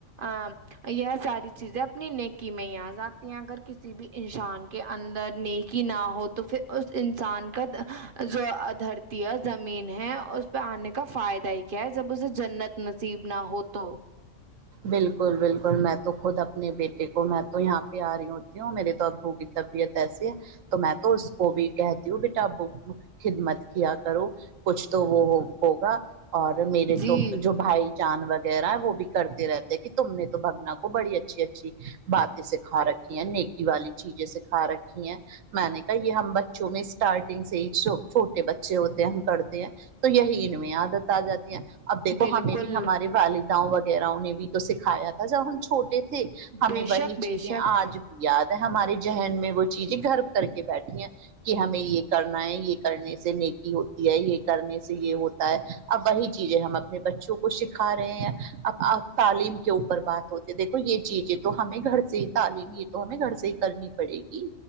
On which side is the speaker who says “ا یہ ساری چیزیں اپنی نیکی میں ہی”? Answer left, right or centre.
Right